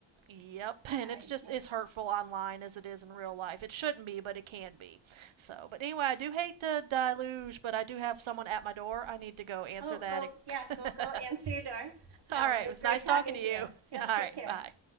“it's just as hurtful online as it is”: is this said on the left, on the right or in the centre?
Right